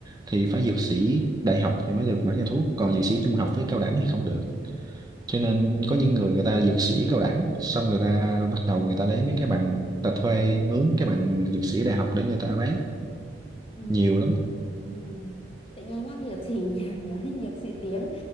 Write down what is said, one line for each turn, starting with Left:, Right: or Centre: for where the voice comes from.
Right: thì phải dược sĩ đại học thì mới được mở nhà thuốc, còn dược sĩ trung học với cao đẳng thì không được cho
Left: Ừ.
Right: nên có những người người ta dược sĩ cao đẳng xong người ta bắt đầu người ta lấy mấy cái bằng ta thuê mướn cái bằng dược sĩ đại học để người ta bán
Left: Ừ.
Right: nhiều lắm
Left: Ừ. Tự nhiên nhắc dược sĩ <laughs> nhớ, nhớ đến dược sĩ tiếng